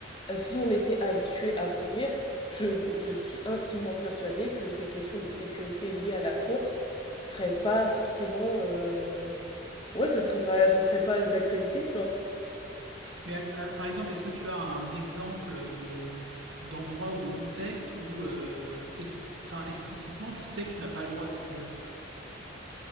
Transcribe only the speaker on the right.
Mais euh, par exemple, est-ce que tu as un exemple de d'endroit ou de contexte où euh, ex- enfin, explicitement tu sais que tu n'as pas le droit de courir?